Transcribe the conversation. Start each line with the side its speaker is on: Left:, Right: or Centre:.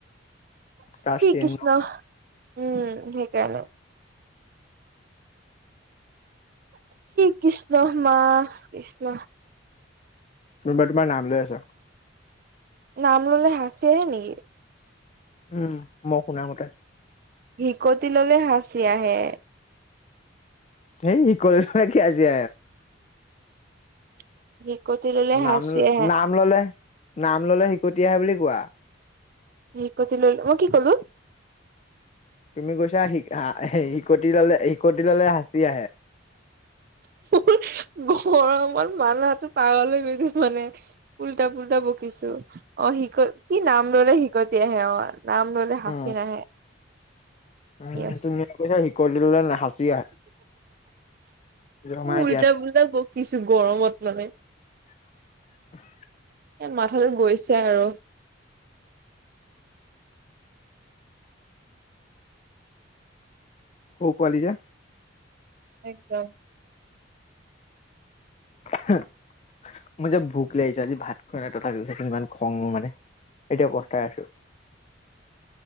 Left: ক্লাছ টেন
Right: কৃষ্ণ উম সেইকাৰণে। কৃষ্ণ মা কৃষ্ণ।
Left: কোনবাই তোমাৰ নাম লৈ আছে।
Right: নাম ল'লে হাচি আহে নেকি।
Left: উম মই শুনা মতে।
Right: হিকটি ল'লে হাঁচি আহে।
Left: এই ই কৰিছ ন কি আজি
Right: <unintelligible>
Left: নাম-নাম
Right: হাঁচি আহে
Left: ল'লে-নাম ল'লে হীকটি আহে বুলি কোৱা।
Right: হীকতি ল'লো, মই কি ক'লো।
Left: তুমি কৈছা হী হিকটি ল'লে-হীকতি ল'লে হাঁচি আহে।
Right: <unintelligible> গৰমত মাথাটো পাগল হৈ গৈছে মানে, উল্টা পুল্টা বকিছো অ', হি ক কি নাম ল'লে হিকতি আহে অ' নাম ল'লে হাচি
Left: উম
Right: নাহে।
Left: উম,
Right: য়েছ
Left: তুমি কৈছা হিকটি ল'লে না হাঁচি আহে। জমাই
Right: উল্টা
Left: দিয়া
Right: পুল্টা বকিছো গৰমত মানে।
Left: <inaudible>
Right: এই মাথাটো গৈছে আৰু।
Left: সৌ পোৱালি যে।
Right: একদম।
Left: <unintelligible> মোৰ যে ভোক লাগিছে আজি ভাত খোৱা নাই <unintelligible> ইমান খং মোৰ মানে। এতিয়া পস্তাই আছো।